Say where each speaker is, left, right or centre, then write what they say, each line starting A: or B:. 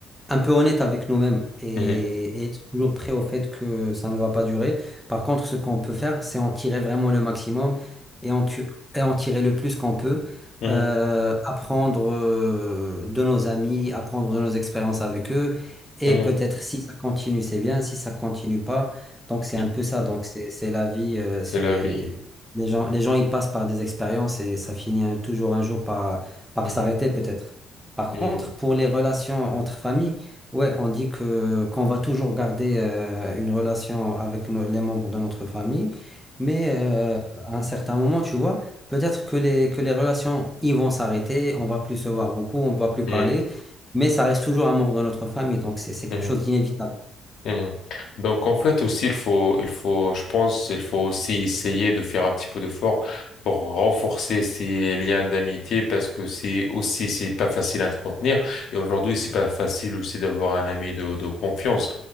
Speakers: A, in the centre; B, on the left.
A: un peu honnête avec nous-mêmes et,
B: mhm,
A: et être toujours prêt au fait que ça ne va pas durer. Par contre, ce qu'on peut faire, c'est en tirer vraiment le maximum et en, tu- et en tirer le plus qu'on peut.
B: mhm,
A: Euh, apprendre euh, de nos amis, apprendre de nos expériences avec eux. Et
B: mhm,
A: peut-être si ça continue, c'est bien. Si ça continue pas, donc c'est
B: mhm.
A: un
B: Mhm.
A: peu ça. Donc c'est c'est la vie. euh,
B: C'est
A: c'est
B: la vie.
A: les gens, les gens, ils passent par des expériences et ça finit un- toujours un jour par, par
B: Mhm,
A: s'arrêter peut-être. Par
B: mhm,
A: contre, pour les relations entre familles, ouais, on dit que qu'on va toujours garder euh, une relation avec nos- les membres de notre famille, mais euh, à un certain moment, tu vois, peut-être que les que les relations ils vont s'arrêter, on va plus se voir beaucoup, on va plus
B: mhm,
A: parler, mais ça reste toujours un membre de notre famille, donc c'est c'est
B: mhm,
A: quelque chose
B: mhm.
A: d'inévitable.
B: Mhm. Donc en fait aussi il faut il faut je pense il faut aussi essayer de faire un petit peu d'effort pour renforcer ces liens d'amitié parce que c'est aussi c'est pas facile à entretenir et aujourd'hui c'est pas facile aussi d'avoir un ami de, de confiance.